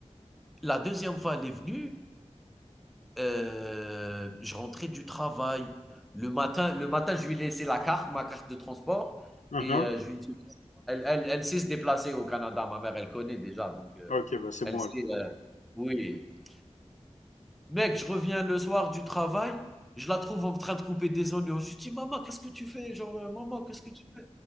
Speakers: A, in the centre; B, on the left.
A: la deuxième fois, elle est venue, heu, je rentrais du travail. Le matin le matin, je lui ai laissé la carte, ma carte de transport
B: Mhm.
A: et heu, je lui ai dit elle elle elle sait se déplacer au Canada, ma mère, elle connaît déjà, donc heu,
B: Ok, bah c'est
A: elle
B: bon
A: sait,
B: alors.
A: heu oui. Mec, je reviens le soir du travail, je la trouve en train de couper des oignons. Je lui dis: «Maman, qu'est-ce que tu fais?» Genre, heu: «Maman, qu'est-ce que tu fais?»